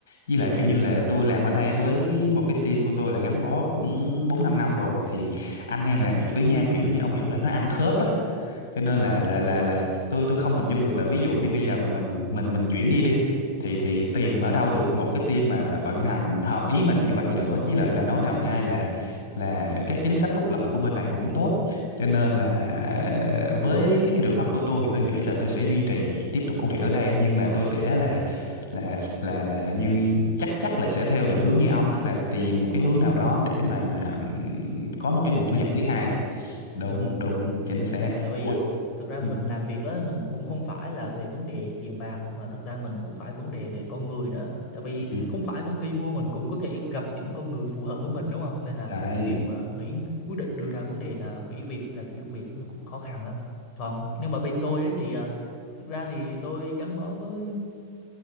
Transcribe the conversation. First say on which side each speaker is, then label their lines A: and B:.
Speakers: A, on the left (about 60°); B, on the left (about 40°).
A: với lại kiểu
B: ờ,
A: như là tôi làm ở đây với một cái team của tôi là gắn bó cũng bốn năm năm rồi thì anh em làm việc với nhau kiểu như ông hiểu là nó ăn khớp á cho nên
B: ờ,
A: là là
B: <laughs>
A: là là tôi tôi không hình dung được là ví dụ như bây giờ mà mình mình mình chuyển đi đi thì thì tìm ở đâu được một cái team mà vận hành hợp ý mình như vậy nữa với lại là nói nào ngay
B: ừm,
A: là là các chính sách phúc lợi của bên này cũng tốt cho nên là ờ, với cái, cái trường hợp của tôi thì tôi nghĩ là tôi sẽ duy trì tiếp tục công việc ở đây nhưng mà tôi sẽ là là là là như chắc chắc là sẽ theo định hướng như ông tức là tìm một cái hướng nào đó để mà ừm, có một cái nguồn thu
B: gia
A: nhập
B: tăng
A: thứ
B: thu nhập
A: hai đúng
B: Ừm, ừm.
A: đúng chính xác
B: tại vì
A: ủa
B: à, thực ra mình
A: ừ.
B: làm việc á mình cũng không phải là về vấn đề tiền bạc mà thực ra mình cũng phải vấn đề về con người nữa tại vì
A: ừ.
B: không phải công ty mua mình cũng có thể gặp những con người phù hợp với mình đúng không nên là
A: đấy
B: việc mà nghĩ quyết định đưa ra vấn đề là nghỉ việc hay là chuyển việc nó cũng khó khăn lắm còn nhưng mà bên tôi ấy thì à, thực ra thì tôi gắn bó với